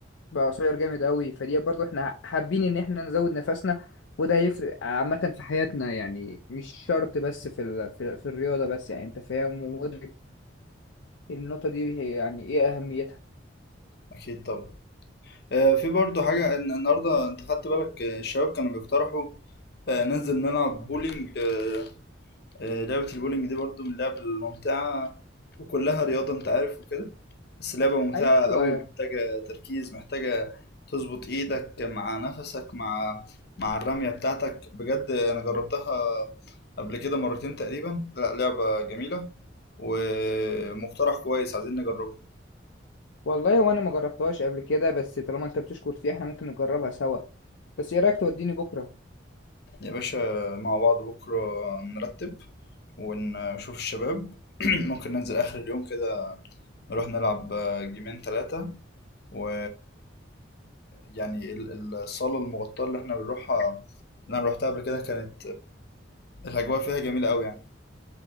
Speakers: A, on the left; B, on the left.
A: بقى قصير جامد قوي فدي برضو إحنا حابين إن إحنا نزود نفسنا وده هيفرق عامة في حياتنا يعني مش شرط بس في ال... في, في الرياضة بس يعني أنت فاهم ومدرك النقطة دي هي يعني إيه أهميتها
B: أكيد طبعا آه، في برضو حاجة إن- النهاردة أنت خدت بالك آه، الشباب كانوا بيقترحوا آه، ننزل نلعب بولينج آه، آه، لعبة البولينج دي برضو من اللعب الممتعة وكلها رياضة أنت عارف وكده بس لعبة ممتعة
A: أيوة
B: قوي محتاجة تركيز محتاجة تظبط ايدك مع نفسك مع مع الرمية بتاعتك بجد انا جربتها قبل كده مرتين تقريبا لا لعبة جميلة ومقترح كويس عايزين نجربه
A: والله وانا ما جربتهاش قبل كده بس طالما انت بتشكر فيها احنا ممكن نجربها سوا بس ايه رايك توديني بكره
B: يا باشا مع بعض بكرة نرتب ونشوف الشباب <clears throat> ممكن ننزل آخر اليوم كده نروح نلعب جيمين ثلاثة و يعني ال- الصالة المغطاة اللي احنا بنروحها اللي انا روحتها قبل كده كانت الأجواء فيها جميلة أوي يعني